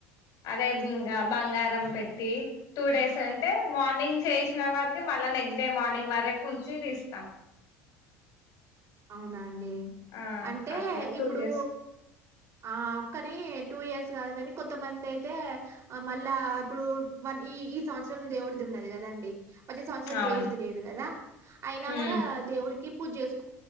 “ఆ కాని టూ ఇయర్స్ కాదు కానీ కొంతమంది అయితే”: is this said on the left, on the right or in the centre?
Right